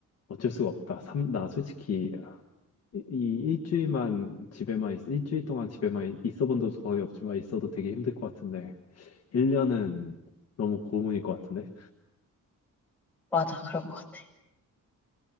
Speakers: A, on the left (about 50°); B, in the centre.
A: 어쩔 수가 없다. 삼, 나 솔직히 이, 이 일주일만 집에만 있, 일주일 동안 집에만 있- 있어본 적도 거의 없지만 있어도 되게 힘들 것 같은데 1년은 너무 고문일 것 같은데
B: 맞아. 그럴 것 같아.